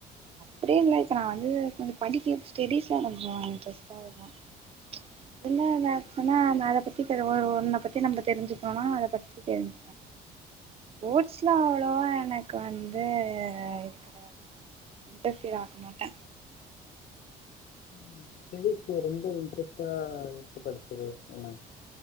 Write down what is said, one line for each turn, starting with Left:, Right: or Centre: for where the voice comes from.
Right: அப்டின் இல்ல இப்ப நா வந்து கொஞ்ச படிக்க ஸ்டடீஸ்ல கொஞ்சோ இன்டரஸ்ட்டா வருவா அதுல மேக்ஸ் ஆனா நா அத பத்தி தெ ஒரு ஒன்ன பத்தி நம்ப தெரிஞ்சுக்கணுனா அத பத்தி தெரிஞ் ஸ்போர்ட்ஸ்லா அவ்ளோவா எனக்கு வந்து கெடையாது இன்டர்ஃபியர் ஆக்க மாட்டே
Left: ம் சிவிக்ஸ் ரொம்ப இன்ட்ரெஸ்ட்டா படிச்சிங்கன் சொன்னாங்க